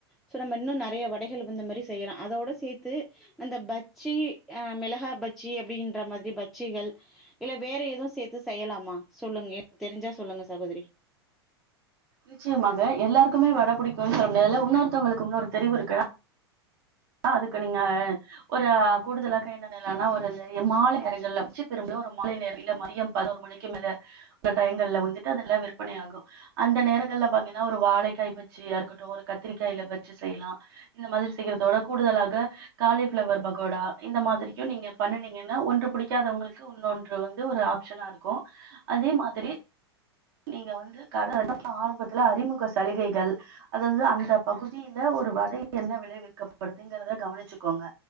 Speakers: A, in the centre; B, on the right.
A: சோ நம்ம இன்னு நெறைய வடைகள் இந்த மாரி செய்யலா அதோட சேர்த்து அந்த பஜ்ஜி அ மிளகா பஜ்ஜி அப்டின்ற மாதிரி பஜ்ஜிகள் இல்ல வேற எதுவு சேர்த்து செய்யலாமா சொல்லுங்க தெரிஞ்சா சொல்லுங்க சகோதிரி
B: நிச்சயமாக எல்லாருக்குமே வட புடிக்கும்ன்னு சொல்ல முடியாதுல்ல உன்னொருத்தவங்களுக்கு உன்னொரு தெளிவு இருக்குனா அ அதுக்கு நீங்க ஒரு கூடுதலாக என்ன னா ஒரு நெறைய மாலை நேரங்கள்ல உச்சு பிரம்புல ஒரு மாலை நேரம் இல்ல மதியம் பதினோரு மணிக்கு மேல இந்த டைம்கள்ல வந்துட்டு அதெல்லா விற்பனை ஆகு அந்த நேரங்கள்ல பாத்தீங்கன்னா ஒரு வாழைக்காய் பஜ்ஜியா இருக்கட்டு ஒரு கத்திரிக்காயில பஜ்ஜி செய்லா இந்த மாதிரி செய்யறதோட கூடுதலாக காலிஃபிளவர் பக்கோடா இந்த மாதிரியு நீங்க பண்ணணீங்கன்னா ஒன்று பிடிக்காதவங்களுக்கு உன்னொன்று வந்து ஒரு ஆப்ஷனா இருக்கு அதே மாதிரி நீங்க வந்து கட <inaudible> ஆரம்பத்துல அறிமுக சலுகைகள் அதாவது அந்த பகுதியில ஒரு வடைக்கு என்ன விளைவிக்கப்படுதுங்கறத கவனிச்சுக்கோங்க